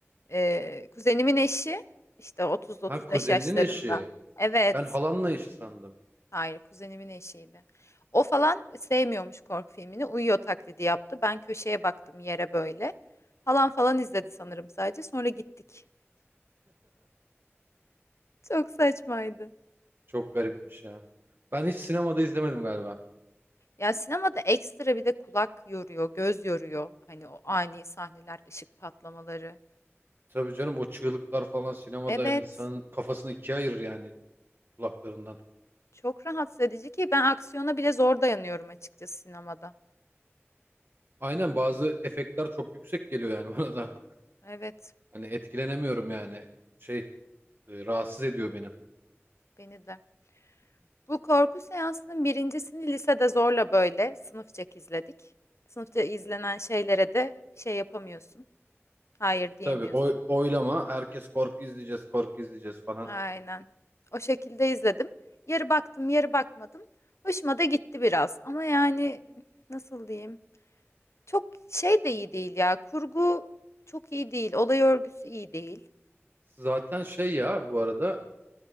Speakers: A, on the left; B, on the right.
A: Ee, kuzenimin eşi işte 30-35
B: Ha kuzeninin
A: yaşlarında.
B: eşi.
A: Evet.
B: Ben halanla eşi sandım.
A: Hayır, kuzenimin eşiydi. O falan sevmiyormuş korku filmini. Uyuyor taklidi yaptı. Ben köşeye baktım yere böyle. Halan falan izledi sanırım sadece. Sonra gittik. Çok saçmaydı.
B: Çok garipmiş ya. Ben hiç sinemada izlemedim galiba.
A: Ya sinemada ekstra bir de kulak yoruyor, göz yoruyor. Hani o ani sahneler, ışık patlamaları.
B: Tabii canım o çığlıklar falan sinemada
A: Evet,
B: insanın kafasını ikiye ayırır yani. kulaklarından tutup.
A: çok rahatsız edici ki ben aksiyona bile zor dayanıyorum açıkçası sinemada.
B: Aynen bazı efektler çok yüksek geliyor yani <laughs> bana da.
A: Evet,
B: Hani etkilenemiyorum yani. Şey e, rahatsız ediyor benim.
A: beni de. Bu korku seansının birincisini lisede zorla böyle sınıfçak izledik. Sınıfta izlenen şeylere de şey yapamıyorsun. Hayır diyemiyorsun.
B: Tabii oy, oylama herkes korku izleyeceğiz korku izleyeceğiz falan.
A: Aynen. O şekilde izledim. Yarı baktım, yarı bakmadım. Hoşuma da gitti biraz. Ama yani nasıl diyeyim? Çok şey de iyi değil ya. Kurgu çok iyi değil. Olay örgüsü iyi değil.
B: Zaten şey ya bu arada